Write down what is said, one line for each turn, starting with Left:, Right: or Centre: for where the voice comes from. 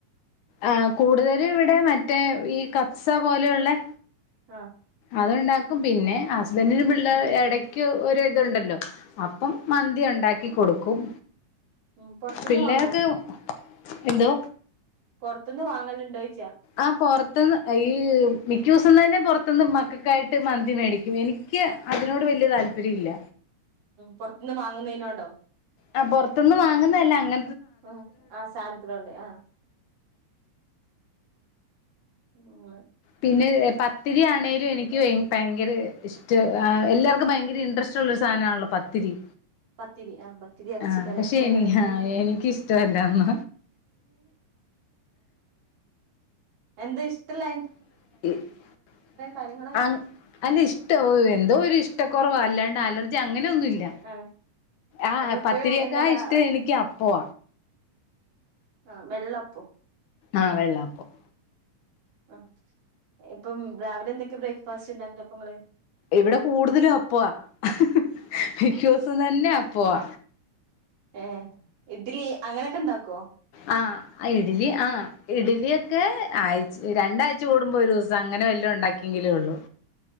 Left: ആഹ് കൂടുതലും ഇവിടെ മറ്റേ ഈ കബ്സ പോലെയുള്ളെ
Right: ആഹ്
Left: അത്ണ്ടാക്കും പിന്നെ ഹ ബന്നിനും പിള്ള ഇടയ് ക്ക് ഒരു ഇതുണ്ടല്ലോ അപ്പം മന്തി ഇണ്ടാക്കി കൊടുക്കും
Right: മ് പൊറത്തിന്ന്
Left: പിള്ളേർക്ക്
Right: വാങ്ങോ
Left: എന്തോ
Right: പൊറത്തുന്ന് വാങ്ങലുണ്ടോ ചോയിച്ചാ
Left: ആ പുറത്ത്ന്ന് ഈ മിക്ക ദിവസ പൊറത്ത്ന്ന് തന്നെ പുറത്തന്ന് മക്കൾക്കായിട്ട് മന്തി മേടിക്കും എനിക്ക് അതിനോട് വല്യ താല്പര്യം ഇല്ല
Right: പൊറത്തിന്ന് വാങ്ങുന്നതിനോടോ
Left: ആ പുറത്തൊന്ന് വാങ്ങുന്ന അങ്ങ
Right: ഹോ ആ സാധനത്തിനോട് ആ അങ്ങനെ
Left: പിന്നെ പത്തിരി ആണേലും എനിക്ക്
Right: ആഹ്
Left: ഭയങ്കര ഇഷ്ടം എല്ലാർക്കും ഭയങ്കര ഇരി ഇൻട്രസ്റ്റ് ഉള്ള സാധനാണല്ലോ പത്തിരി
Right: പത്തിരി ആ പത്തിരി ഇറച്ചി
Left: ആഹ്
Right: കറിയും
Left: പക്ഷെ എനി
Right: <inaudible> ബീഫും <inaudible>
Left: എനിക്കിഷ്ടമല്ലന്ന
Right: എന്താ ഇഷ്ടല്ലെ
Left: <unintelligible>
Right: കാര്യങ്ങളായിട്ടോ
Left: ആ അല്ല ഇഷ്ട എന്തോ ഒരു ഇഷ്ടം കുറവാണ് അല്ലാണ്ട് അലർജി അങ്ങനെയൊന്നുഇല്ല
Right: ആഹ്
Left: ആ
Right: അപ്പൊ എപ്പഴും
Left: പത്തിരിയൊക്കെ
Right: എന്താ
Left: ആ
Right: രാ
Left: ഇഷ്ടം എനിക്ക് അപ്പോ
Right: ആഹ വെള്ളപ്പം
Left: ആ വെള്ളപ്പം
Right: ആ ഇപ്പം രാവിലെ എന്തൊക്കെ ബ്രേക്ക്ഫാസ്റ്റ് ഉണ്ടാക്കലപ്പൊ നിങ്ങള്
Left: ഇവിടെ കൂടുതലും അപ്പവാ <inaudible> മിക്കദിവസവും തന്നെ അപ്പവാ
Right: ഹേ ഇഡ്ലി അങ്ങനെയൊക്കെ ഉണ്ടാക്കോ
Left: ആ ഇഡലി ആ ഇഡലിയൊക്കെ ആഴ്ച രണ്ടാഴ്ച ചൂടുമ്പോ ഒരു ദിവസം അങ്ങനെ വല്ല ഉണ്ടാക്കിയെങ്കിലേള്ളു